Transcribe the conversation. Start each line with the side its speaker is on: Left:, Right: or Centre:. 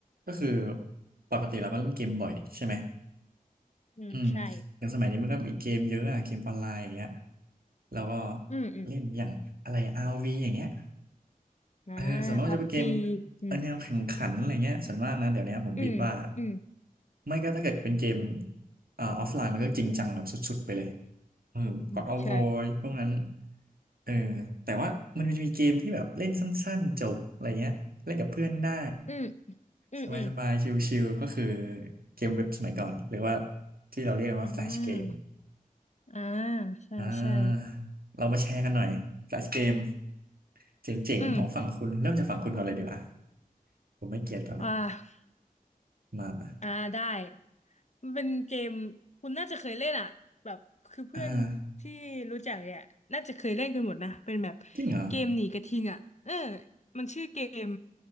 Right: ก็คือปกติเราก็เล่นเกมบ่อยใช่ไหม
Left: อืมใช่
Right: อืมอย่างสมัยนี้มันก็มีเกมเยอะอะเกมออนไลน์อย่างเงี้ยเราก็
Left: อืมอืม
Right: เล่นอย่างอะไร RV อย่างเงี้ย
Left: อ่า
Right: เออส่วนมากก็จะเป็นเกม
Left: พับจี อืม
Right: เออแนวแข่งขันอะไรเงี้ยส่วนมากนะเดี๋ยวนี้ผมผิดว่า
Left: อืมอืม
Right: ไม่ก็ถ้าเกิดเป็นเกมอ่าออฟไลน์มันก็จริงจังแบบสุดๆไปเลยเออ
Left: อืมใช่
Right: God of War พวกนั้นเออแต่ว่ามันจะมีเกมที่แบบเล่นสั้นๆจบอะไรเงี้ยเล่นกับเพื่อนได้
Left: อืมอืมอืม
Right: สบายสบายชิลๆก็คือเกมเว็บสมัยก่อนหรือว่าที่เราเรียกกันว่าแฟลชเกม
Left: อ่าอ่าใช่ใช่
Right: อ่าเรามาแชร์กันหน่อยแฟลชเกมเจ๋งๆของฝั่งคุณเริ่มจากฝั่งคุณก่อนเลยดีกว่า
Left: อืม
Right: ผมไม่เกลียดก่อนเลย
Left: อ่า
Right: มามา
Left: อ่าได้มันเป็นเกมคุณน่าจะเคยเล่นอ่ะแบบคือเพื่อนที่รู้จักเนี่ยน่าจะเคยเล่นกันหมดนะเป็นแบบ
Right: อ่าจริงเหรอ
Left: เกมหนีกระทิงอ่ะเออมันชื่อเกม